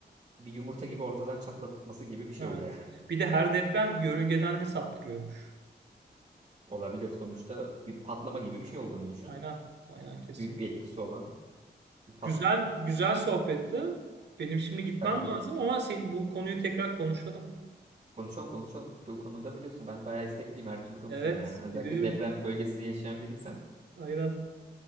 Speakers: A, on the right; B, on the right.
A: bir yumurta gibi ortadan çatlatması gibi bir şey
B: Evet.
A: oluyor yani.
B: Bir de her deprem yörüngeden de saptırıyormuş.
A: Olabilir. Sonuçta bir patlama gibi bir şey olduğunu düşün.
B: Aynen. Aynen kesin.
A: Büyük bir etkisi olan bir pat
B: Güzel güzel sohbetti. Benim şimdi gitmem
A: bence
B: lazım ama sen, bu konuyu tekrar konuşalım.
A: Konuşalım konuşalım. Bu konuda biliyorsun ben bayağı istekliyim. Her türlü konuşurum
B: Evet,
A: yani. Özellikle
B: biliyorum.
A: deprem bölgesinde yaşayan biriysen.
B: Aynen.